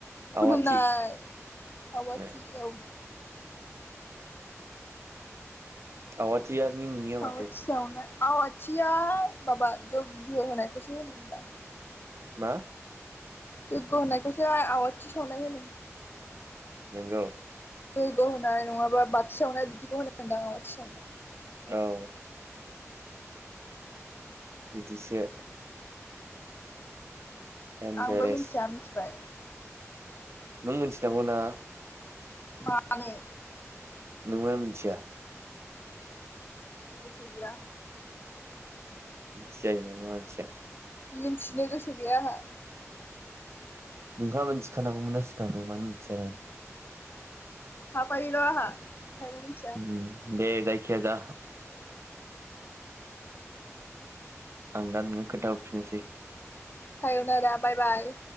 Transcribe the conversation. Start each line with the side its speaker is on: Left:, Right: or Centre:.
Left: खुलुमनाय
Right: आवाथि
Left: आवाथि
Right: ए
Left: औ।
Right: आवाथि नि मिनिंआ मारो?
Left: आवाथि सावनाय आवाथिया माबा जग्य' होनायखौसो होनोमोन दां।
Right: मा?
Left: जग्य' होनायखौसो आवथि सावनाय होनो।
Right: नोंगौ।
Left: जग्य' होनाय नङाबा बाथि सावनाय बिदिखौ होनो मोनदां आवाथि सावनाय।
Right: औ। बिदिसो। देनजारेस
Left: आंबो मिथिया मिथिबाय।
Right: नों मिथिनांगौ ना।
Left: मानो?
Right: नोंबो मिथिया?
Left: गोसो गैया।
Right: <inaudible> जायो नामा मानसिया।
Left: मिनथिनो गोसो गैया आंहा।
Right: नोंहा मोनथि खानांगौ मोनना सिगांनो <unintelligible> <unintelligible>
Left: <unintelligible> मिथिया
Right: ओम दे जायखिया जा <unintelligible>
Left: उम
Right: खोन्थाहरफिननोसै
Left: सायनदा बाय बाय।